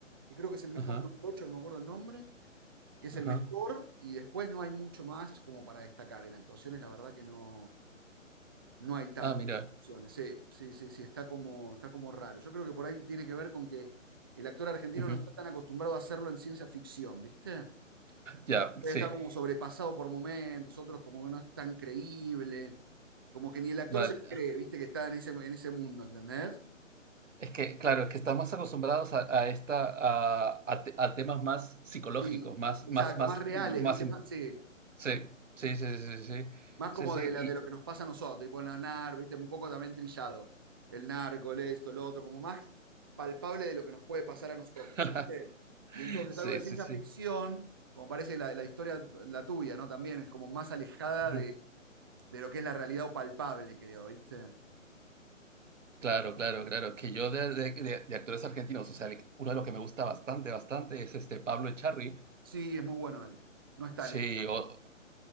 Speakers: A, on the right; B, on the right.
A: que creo que es el mejor,
B: Ajá,
A: un no me acuerdo el nombre, que es
B: ajá.
A: el mejor, y después no hay mucho más como para destacar. En actuaciones, la verdad que no. No hay tan
B: Ah,
A: buenas
B: mira.
A: opciones. Sí, sí, sí, sí, está como, está como raro. Yo creo que por ahí tiene que ver con que el actor argentino
B: Ujú.
A: no está tan acostumbrado a hacerlo en ciencia ficción, ¿viste?
B: Ya,
A: Está
B: sí.
A: como sobrepasado por momentos, otros como que no es tan creíble, como que ni el actor
B: Vale.
A: se lo cree, ¿viste? Que está en ese, en ese mundo, ¿entendés?
B: Es que, claro, es que estamos acostumbrados a, a esta a, a, te- a temas más psicológicos,
A: Sí,
B: más,
A: exacto,
B: más, más,
A: más reales,
B: más.
A: ¿viste?
B: in-
A: Más, sí.
B: Sí, sí, sí, sí, sí.
A: Más
B: Sí,
A: como
B: sí, sí,
A: de, la,
B: y.
A: de lo que nos pasa a nosotros, tipo la NAR, ¿viste? Un poco también trillado. El narco, el esto, lo otro, como más palpable de lo que nos puede pasar a nosotros,
B: <laughs>
A: ¿viste? Y entonces
B: Sí,
A: algo de ciencia
B: sí, sí.
A: ficción, como parece la, la historia, la tuya, ¿no? También es como más alejada
B: Ujú.
A: de, de lo que es la realidad o palpable, creo, ¿viste?
B: Claro, claro, claro. Que yo de, de- de- de actores argentinos, o sea, le- uno de los que me gusta bastante, bastante es este Pablo Echarri.
A: Sí, es muy bueno él. No está
B: Sí,
A: en esta, ¿eh?
B: o,